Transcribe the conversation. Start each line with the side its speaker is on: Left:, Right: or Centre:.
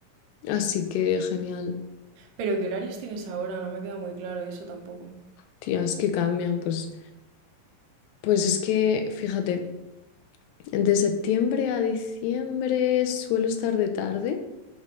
Left: así que genial.
Right: Pero ¿qué horarios tienes ahora? No me queda muy claro eso tampoco.
Left: Tías que cambian, pues, pues es que, fíjate. De septiembre a diciembre suelo estar de tarde